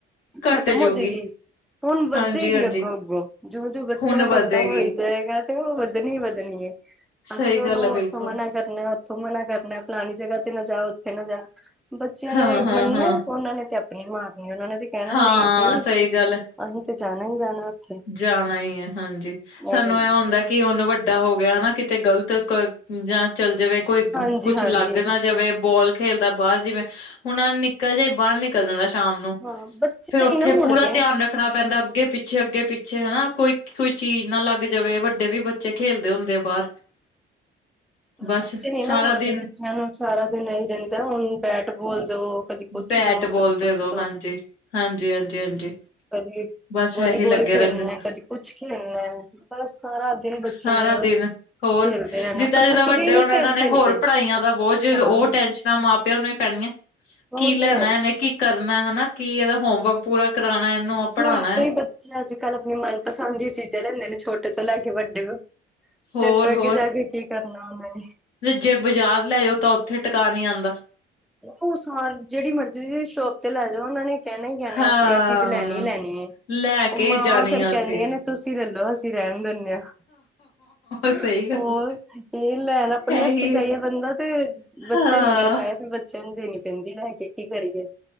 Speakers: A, on the left; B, in the centre.
A: ਘੱਟ
B: ਖਤਮ
A: ਜੂਗੀ
B: ਹੋ ਜਾਏਗੀ। ਹੁਣ ਵੱਧੇ
A: ਹਾਂਜੀ-ਹਾਂਜੀ
B: ਹੀ ਅੱਗੋਂ, ਅੱਗੋਂ ਜਿ ਜੋ ਬੱਚਾ
A: ਹੁਣ ਵਧੇਗੀ
B: ਵੱਡਾ ਹੋਏ। ਜਏਗਾ ਤੇ ਉਹ ਵੱਧਣੀ, ਵੱਧਣੀ ਹੈ
A: ਸਹੀ
B: ਅਸੀਂ ਉਹਨੂੰ
A: ਗੱਲ ਐ
B: ਉੱਥੋਂ
A: ਬਿਲਕੁਲ
B: ਮਨਾ ਕਰਨਾ ਉੱਥੋਂ ਮਨਾ ਕਰਨਾ ਫਲਾਣੀ ਜਗ੍ਹਾ ਤੇ ਨਾ ਜਾ ਉੱਥੇ ਨਾ ਜਾ। ਬੱਚਿਆਂ
A: ਹਾਂ-ਹਾਂ-ਹਾਂ।
B: ਨੇ ਮੰਨਣਾ
A: ਹਾਂ,
B: ਉਹਨਾਂ ਨੇ ਤੇ ਆਪਣੀਆਂ ਮਾਰਨੀ ਉਹਨਾਂ ਨੇ ਤੇ ਕਹਿਣਾ
A: ਹਾਂ
B: ਨਹੀਂ ਜੀ।
A: ਹਾਂ ਸਹੀ ਗੱਲ ਐ
B: ਅਸੀਂ ਤਾਂ ਜਾਣਾ ਹੀ ਜਾਣਾ। ਉੱਥੇ
A: ਜਾਣਾ ਹੈ ਹਾਂਜੀ
B: ਇਹ
A: ਸਾਨੂੰ
B: ਗੱਲ
A: ਐ ਹੁੰਦਾ। ਕਿ ਉਹਨ ਵੱਡਾ ਹੋ ਗਿਆ ਹਨਾ, ਕਿਤੇ ਗ਼ਲਤ ਜਾਂ ਚੱਲ ਜਾਵੇ ਕੋਈ
B: ਹਾਂਜੀ
A: ਕੁੱਛ
B: ਹਾਂਜੀ
A: ਲੱਗ ਨਾ ਜਾਵੇ ਬੋਲ ਖੇਲਦਾ ਬਾਹਰ ਜਿਵੇਂ, ਹੁਣ ਨਿੱਕਾ ਜਿਹਾ ਬਾਹਰ ਨ ਨਿਕਲ ਜਾਂਦਾ ਸ਼ਾਮ ਨੂੰ,
B: ਹਾਂ ਬੱਚੇ
A: ਫੇਰ ਉੱਥੇ
B: ਨੀ ਨਾ ਮੁੜਦੇ
A: ਪੂਰਾ ਧਿਆਨ ਰੱਖ ਣਾ ਪੈਂਦਾ ਅੱਗੇ ਪਿੱਛੇ ਅੱਗੇ ਪਿੱਛੇ ਹਨਾ, ਕੋਈ ਕੋਈ ਚੀਜ਼ ਨਾ ਲੱਗ ਜਾਵੇ ਵੱਡੇ ਵੀ ਬੱਚੇ ਬੱਚੇ ਖੇਲਦੇ ਹੁੰਦੇ ਬਾਹਰ <unintelligible>
B: ਬੱਚੇ ਨਹੀ
A: ਸਾਰਾ
B: ਨਾ ਮੁੜਦੇ,
A: ਦਿਨ
B: ਬੱਚਿਆਂ ਨੂੰ ਸਾਰਾ ਦਿਨ ਇ ਰਹਿੰਦੇ ਹੁਣ ਬੈਟ ਬਾਲ ਦੋ ਕਦੀ ਕੁਛ
A: ਬੈਟ
B: ਦੋ
A: ਬੋਲ
B: ਕਦੀ
A: ਦੇ
B: ਕੁਛ
A: ਦੋ ਹਾਂਜੀ, ਹਾਂਜੀ ਹਾਂਜੀ ਹਾਂਜੀ
B: ਹਾਂਜੀ-
A: ਬਸ
B: ਵੋਲੀ
A: ਇਹੀ
B: ਬੋਲ
A: ਲੱਗੇ
B: ਖੇਲਣਾ
A: ਰਹਿੰਦੇ
B: ਕਦੇ ਕੁਛ ਖੇਲਣਾ, ਸਾਰਾ ਦਿਨ ਬੱਚਿਆਂ
A: ਸਾਰਾ
B: ਨੇ ਬਸ
A: <unintelligible>
B: ਖੇਲਦੇ- ਰਹਿਣਾ
A: ਜਿੱਦਾਂ-
B: ਪਰ
A: ਜਿੱਦਾਂ
B: ਥੱਕਦੇ
A: ਵੱਡੇ
B: ਨੀ
A: ਹੋਣਾ ਉਹਨਾਂ
B: ਖੇਲ
A: ਨੇ
B: ਖੇਲ
A: ਹੋਰ
B: ਕੇ
A: ਪੜ੍ਹਾਈਆਂ ਦਾ ਬੋਝ ਉਹ
B: ਹਾਂ
A: ਟੈਨਸ਼ਨਾਂ ਮਾਂ- ਪਿਓ ਨੂੰ ਹੀ ਪੈਣੀਆਂ
B: ਉਹ
A: ਕੀ ਲੈਣਾ,
B: ਤੇ ਹੈ
A: ਇਹਨੇ ਕੀ ਕਰਨਾ ਹਨਾ, ਕੀ ਇਹਦਾ ਹੋਮਵਰਕ ਪੂਰਾ ਕਰਾਉਣਾ ਇਹਨੂੰ ਪੜ੍ਹਾਣਾ
B: ਹੁਣ ਤੋਂ
A: ਹੈ
B: ਹੀ ਬੱਚੇ ਅੱਜ ਕੱਲ੍ਹ ਆਪਣੀ ਮਨਪਸੰਦ ਦੀ ਚੀਜ਼ਾਂ ਲੈਂਦੇ ਨੇ, ਛੋਟੇ ਤੋਂ ਲੈ ਕੇ ਵੱਡੇ ਤੋਂ।
A: ਹੋਰ
B: ਤੇ ਅੱਗੇ-
A: ਹੋਰ
B: ਅੱਗੇ ਜਾ ਕੇ ਕੀ ਕਰਨਾ ਉਹਨਾਂ ਨੇ।
A: ਜੇ ਬਾਜ਼ਾਰ ਲੈ ਜਾਓ ਤਾਂ ਉੱਥੇ ਟਿਕਕਾ ਨਹੀਂ ਆਉਂਦਾ।
B: ਉਹ ਸਮਾਨ, ਜਿਹੜੀ ਮਰਜੀ ਸ਼ੋਪ ਤੇ ਲੈ ਜਾਓ ਉਹਨਾਂ ਨੇ ਕਹਿਣਾ ਹੀ ਕਹਿਣਾ
A: ਹਾਂ
B: ਅਸੀਂ ਇਹ ਚੀਜ਼ ਲੈਣੀ ਹੀ ਲੈਣੀ ਹੈ।
A: ਲੈ
B: ਉਹ
A: ਕੇ
B: ਮਾਵਾਂ
A: ਹੀ ਜਾਣੀ
B: ਫੇਰ
A: ਆ
B: ਕਹਿੰਦੀਆਂ
A: ਅਸੀਂ
B: ਨੇ ਤੁਸੀਂ ਲੈ ਲਓ ਅਸੀਂ ਰਹਿਣ ਦਿੰਦੇ ਹਾਂ।
A: ਸਹੀ ਗੱਲ
B: ਹੋਰ, ਇਹ ਲੈਣ ਆਪਣੇ
A: ਇਹੀ
B: ਵਾਸਤੇ ਜਾਈਏ
A: ਹੈ
B: ਬੰਦਾ ਤੇ ਬੱਚੇ
A: ਹਾਂ
B: ਮਗਰ ਪੈ, ਬੱਚਿਆਂ ਨੂੰ ਦੇਣੀ ਪੈਂਦੀ ਲੈ ਕੇ, ਕੀ ਕਰੀਏ।